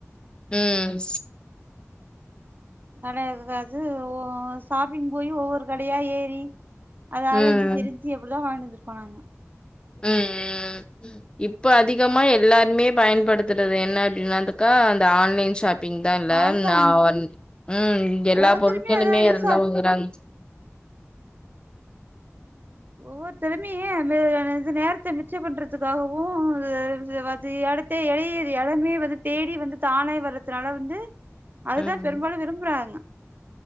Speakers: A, on the left (about 20°); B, on the right (about 40°).
A: ம்
B: நட இருக்காது ஓ ஷாப்பிங் போய் ஒவ்வொரு கடையா ஏறி அத
A: ம்
B: அலஞ்சு திரிஞ்சு எப்டிதா வாங்கிட்டு வந்துருப்போ நாங்க
A: ம் ம் இப்ப அதிகமா எல்லாருமே பயன்படுத்துறது என்ன அப்டின்னாதுக்கா அந்த ஆன்லைன் ஷாப் பிங்தான்ல
B: அதுதா
A: நா
B: உண்ம
A: வந் ம் எல்லா
B: ஒவ்வொருத்தருமே
A: பொருட்களுமே
B: அதா யூஸா
A: அதுலருந்துதா வாங்கறாங்
B: ஒவ்வொருத்தருமே வெ என்னது நேரத்த மிச்சம் பண்றதுக்காகவு அ வது அடுத் தே எழையே எடமே வந்து தேடி வந்து தானே வர்துனால வந்து அதுதா
A: ம்
B: பெரும்பாலு விரும்புறாங்க